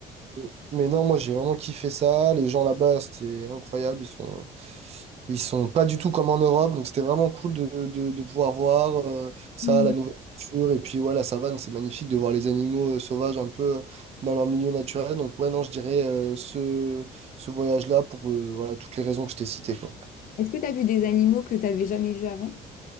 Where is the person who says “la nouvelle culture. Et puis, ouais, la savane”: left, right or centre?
Right